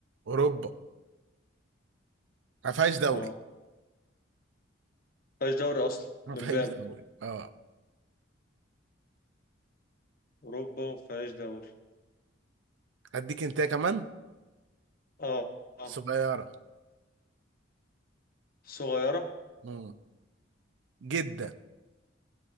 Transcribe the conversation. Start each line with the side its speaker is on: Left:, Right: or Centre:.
Right: اوروبا ما فيهاش دوري
Left: اه مفيهاش دوري أصلا
Right: ما
Left: من
Right: فيهاش
Left: باب
Right: دوري اه
Left: أوروبا مفيهاش دوري
Right: هديك انت كمان
Left: اه اه
Right: صغيرة
Left: صغيرة
Right: امم جدا